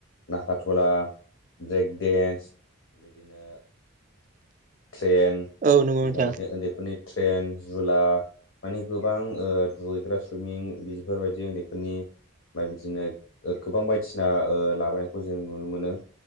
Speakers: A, on the left; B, on the right.
A: नाखाथला ब्रेक डेन्स आ बिदिनो ट्रेन ओमफ्राय
B: औ नंगौ नोंथां
A: बिदिनो ओन्दैफोरनिओ ट्रेन जुलाओ माने गोबां दुगैग्रा सुइमिं बिदिफोरबायदि उन्दैफोरनिओ ओमफ्राय बिदिनो गोबां बायदिसिना लाबोनायखौ जों नुनो मोनोना।